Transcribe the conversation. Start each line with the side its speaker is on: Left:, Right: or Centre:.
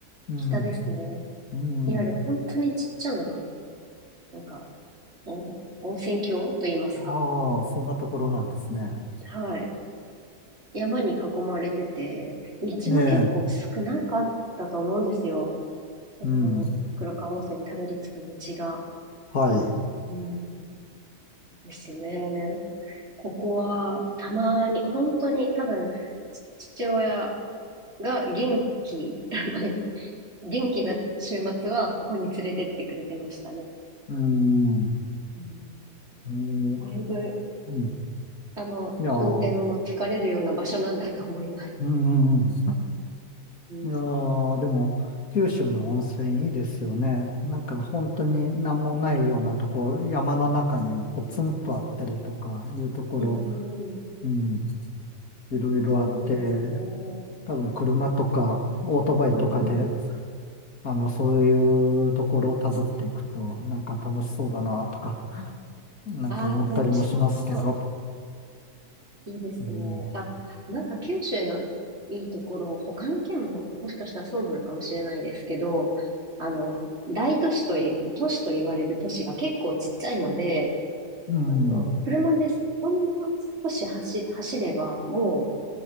Left: うん、
Right: 北ですね。
Left: うん、
Right: にある本当にちっちゃな、なんか、お温泉郷と言いますか。
Left: ああ、そんなところなんですね。
Right: はい。山に囲まれてて、道も結構少なかったと思うんですよ。
Left: ええ、うん、
Right: その黒川温泉にたどり着く道が。
Left: はい、
Right: うん、ですね。ここはたまに、本当に多分、ち父親が元気、<laughs> 元気な週末はここに連れてってくれてましたね。
Left: うん、う
Right: うん、
Left: ん、
Right: だいぶ、
Left: うん
Right: あの、
Left: いや、うん、
Right: 運転も疲れるような場所なんだと思います。
Left: うんうん
Right: うん、
Left: いやー、でも、九州の温泉いいですよね。なんか本当に何もないようなところ、山の中にポツンとあったりとかいうところ、
Right: うん、
Left: うん、いろいろあって、
Right: そうですね。うん
Left: 多分車とかオートバイとかで、
Right: うん
Left: あの、そういうところを辿っていくと、なんか楽しそうだなとか、なんか思ったりもしますけど、
Right: ああ、楽しそう。いいですね。
Left: うん、
Right: あ、なんか九州のいいところ、他の県ももしかしたらそうなのかもしれないですけど、あの、大都市とい、都市と言われる都市が結構ちっちゃいので、
Left: うん、
Right: あの、車です。ほんの少し走、走れば、も